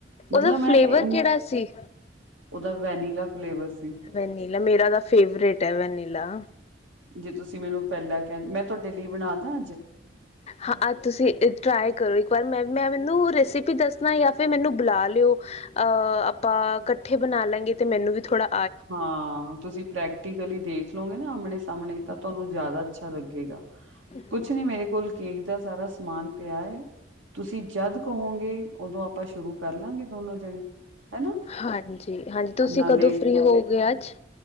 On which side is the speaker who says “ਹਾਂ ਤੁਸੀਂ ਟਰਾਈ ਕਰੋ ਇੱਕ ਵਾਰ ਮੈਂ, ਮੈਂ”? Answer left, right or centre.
Left